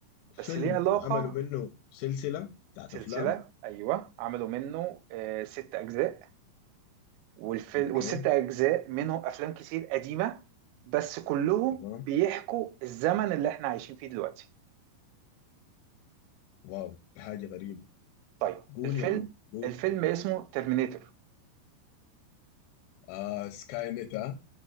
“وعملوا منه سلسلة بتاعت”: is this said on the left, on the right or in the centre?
Left